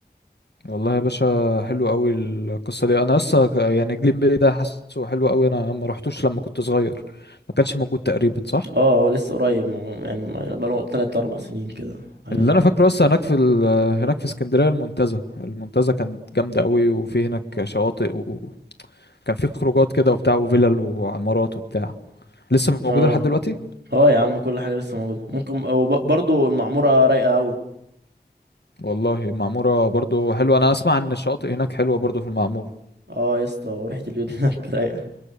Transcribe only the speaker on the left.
والله يا باشا حلو قوي القصه دي انا اصلا ك- يعني جليم بي ده حاسه حلو قوي انا ما رحتوش لما كنت صغير ما كانش موجود تقريبا صح
اللي
انا
فاكره اصلا هناك في ال... هناك في اسكندريه المنتزه المنتزه كانت جامده قوي وفي هناك شواطئ وكان في خروجات كده وبتاع وفلل وعمارات وبتاع لسه موجوده
لحد دلوقتي
والله المعموره برضو حلوه انا اسمع ان الشواطئ هناك حلوه برضو في المعموره